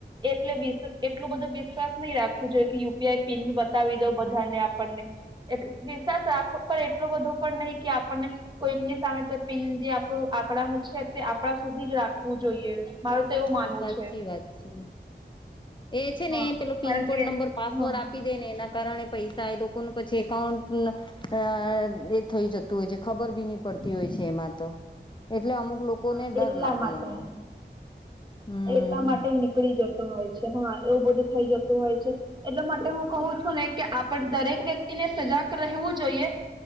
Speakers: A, on the right; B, on the left.
A: એટલે વિ એટલું બધું વિશ્વાસ નહી રાખ જો કે યુપીઆઈ પિન બી બતાવી દઉં બધાને આપણને વિશ્વાસ આખો પર એટલોું બધું પણ નહી કે આપણને કોઈક ની સામે તો પિં જે આપણું આંકડાનું છે તે આપણા સુધી જ રાખવું જોઈએ મારું તો એવું
B: હા
A: માનવું
B: સાચી
A: છે.
B: વાત છે. એ છે
A: હા
B: ને એ પેલો
A: કારણ
B: પિનકોડ
A: કે
B: નંબર પાસવર્ડ
A: હા
B: આપી. ે ને એના કારણે પૈસા એ લોકોનું પછી એકાઉન્ટ અ એ થઈ જતું હોય છે ખબર બી નહી પડતી હોય છે એમાં તો એટલે અમુક લોકો
A: હા
B: ને ડર
A: એટલા
B: લાગે
A: માટે
B: એનો હમ
A: એટલા માટે નીકળી જતો હોય છે હા એવું બધું થઈ જતું હોય છે. એટલે માટે હું કહું છું ને કે આપડ દરેક વ્યક્તિને સજાગ રહેવું જોઈએ